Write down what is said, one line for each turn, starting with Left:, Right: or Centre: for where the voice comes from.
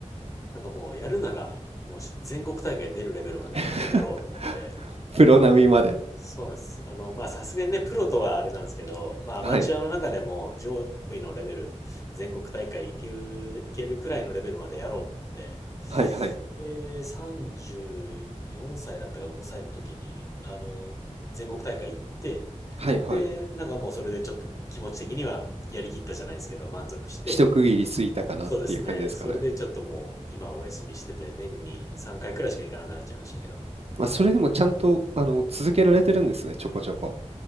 Left: なんかもうやるなら、もうし全国大会出るレベルまでやろうと思って、
Right: <laughs> プロ並みまで。
Left: そうなんです。あの、まあ、さすがにね、プロとはあれなんですけど、まあ、アマチュアの中でも上位のレベル、
Right: はい。
Left: 全国大会いける、いけるくらいのレベルまでやろうと思って、
Right: はいはい。
Left: で、34歳だったか5歳の時に、あの、全国大会行って、
Right: はいはい。
Left: で、なんかもうそれでちょっと気持ち的にはやりきったじゃないですけど、満足して、
Right: 一区切り過ぎたかなっていう感じですかね。
Left: そうですね。それでちょっともう今お休みしてて、年に3回くらいしか行かなくなっちゃいましたけど。
Right: まあ、それでもちゃんと、あの、続けられてるんですね、ちょこちょこ。